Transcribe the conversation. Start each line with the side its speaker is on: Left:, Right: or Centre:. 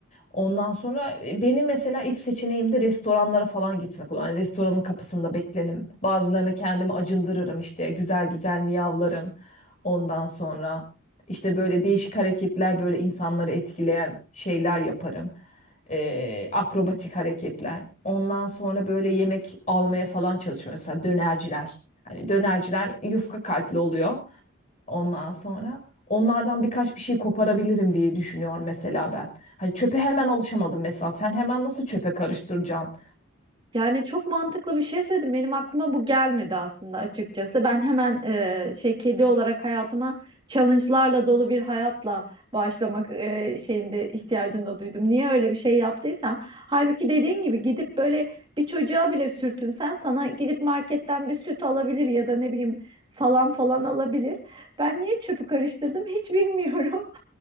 Left: Ondan sonra e, benim mesela ilk seçeneğim de restoranlara falan gitmek olur. Hani restoranın kapısında beklenim. Bazılarına kendimi acındırırım işte güzel güzel miyavlarım. Ondan sonra işte böyle değişik hareketler böyle insanları etkileyen şeyler yaparım e, akrobatik hareketler. Ondan sonra böyle yemek almaya falan çalışıyor. Mesela dönerciler. Hani dönerciler yufka kalpli oluyor. Ondan sonra onlardan birkaç bir şey koparabilirim diye düşünüyorum mesela ben. Hani çöpe hemen alışamadım mesela. Sen hemen nasıl çöpe karıştıracaksın?
Right: Yani çok mantıklı bir şey söyledim. Benim aklıma bu gelmedi aslında açıkçası. Ben hemen e, şey kedi olarak hayatıma challenge'larla dolu bir hayatla başlamak e, şeyinde ihtiyacını da duydum. Niye öyle bir şey yaptıysam. Halbuki dediğin gibi gidip böyle bir çocuğa bile sürtünsen sana gidip marketten bir süt alabilir ya da ne bileyim salam falan alabilir. Ben niye çöpü karıştırdım hiç bilmiyorum. <laughs>